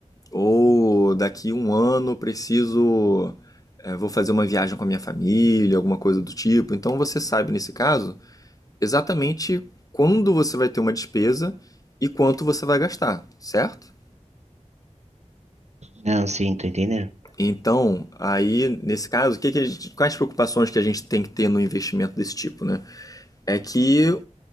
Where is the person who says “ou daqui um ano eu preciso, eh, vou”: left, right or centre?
Left